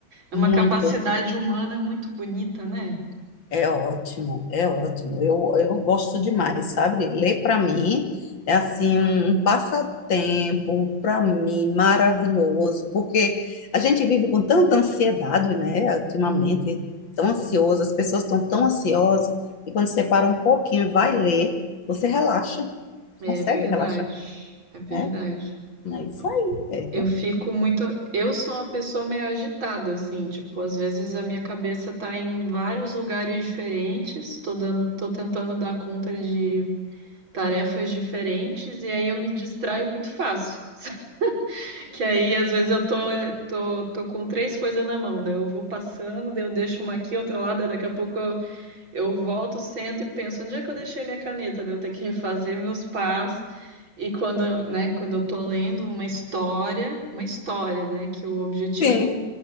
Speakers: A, on the right; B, on the left.
A: É
B: muito.
A: uma capacidade humana muito bonita, né?
B: É ótimo, é ótimo. Eu, eu gosto demais, sabe? Ler para mim é assim um um passatempo para mim maravilhoso, porque a gente vive com tanta ansiedade, né? Ultimamente,
A: Uhum.
B: tão ansioso, as pessoas estão tão ansiosas, e quando você para um pouquinho e vai ler, você relaxa,
A: É
B: consegue
A: verdade.
B: relaxar,
A: É verdade.
B: né? É isso aí, Pedro.
A: Eu fico muito. Eu sou uma pessoa meio agitada, assim. Tipo, às vezes a minha cabeça tá em vários lugares diferentes. Tô dando... tô tentando dar conta de tarefas diferentes. E aí eu me distraio muito fácil. <laughs> Que aí, às vezes, eu tô, tô, tô com três coisas na mão, daí eu vou passando, daí eu deixo uma aqui, outra lá, daí daqui a pouco eu, eu volto, sento e penso, onde é que eu deixei minha caneta? Daí eu tenho que refazer meus pás. E quando, eu- né, quando eu tô lendo uma história, uma história, né, que o objetivo...
B: Sim,